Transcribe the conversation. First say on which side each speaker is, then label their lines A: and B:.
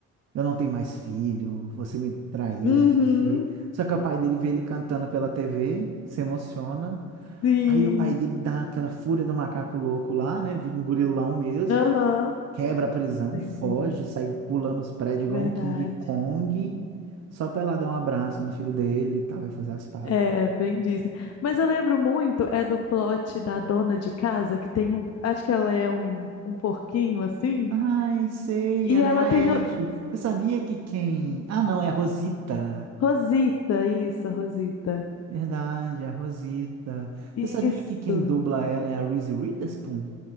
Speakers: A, on the right; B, on the left.
A: eu não tenho mais filho, você me traiu,
B: Uhum,
A: não sei o quê. Só que o pai dele vê ele cantando pela TV, se emociona.
B: sim.
A: Aí o pai dele dá aquela fúria do macaco louco lá, né? Vira um gorilão mesmo,
B: Aham.
A: quebra a prisão,
B: Lembrei.
A: foge, sai pulando os prédios
B: Verdade.
A: igual um King Kong, só pra ela dar um abraço no filho dele e tal, e fazer as pazes.
B: É, bem Disney. Mas eu lembro muito, é do plot da dona de casa, que tem um. Acho que ela é um, um porquinho assim.
A: Ai, sei,
B: E
A: ela
B: ela
A: é
B: tem o,
A: a Ashe. Você sabia que quem. Ah, não, é a Rosita.
B: Rosita, isso, a Rosita.
A: Verdade, a Rosita.
B: Isso.
A: Você sabia que quem dubla ela é a Reese Witherspoon?